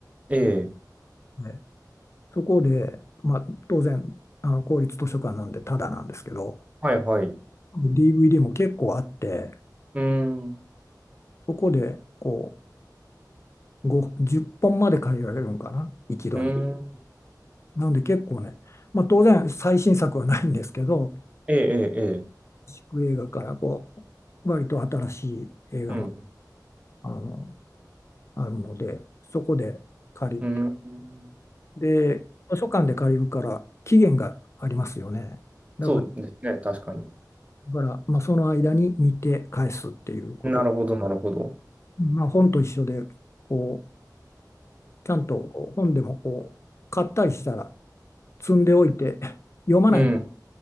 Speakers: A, on the right (about 20°); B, on the left (about 40°).
A: ええ、
B: ね、そこで、まあ、当然、あの、公立図書館なんでタダなんですけど、
A: はいはい。
B: DVD も結構あって、
A: うん、
B: そこで、こう、5、10本まで借りられるのかな、一度に。
A: うん、
B: なので結構ね、まあ当然最新作はないんですけど、
A: ええ、ええ、ええ
B: 地映画からこう、割と新しい映画も
A: うん、
B: あの、あるので、そこで借りて、
A: うん。
B: で、図書館で借りるから期限がありますよね。だから、
A: そうですね、確かに。
B: だからまあその間に見て返すっていうこと。
A: なるほど、なるほど。
B: まあ本と一緒で、こう、ちゃんとこう本でもこう、買ったりしたら積んでおいて、読まない
A: うん。